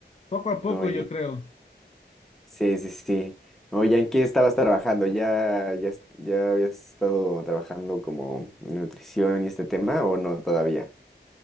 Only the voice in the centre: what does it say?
Oh,
Sí, sí, sí. Oye, ¿en qué estabas trabajando? ¿Ya, ya, es- ya habías estado trabajando como en nutrición y este tema o no todavía?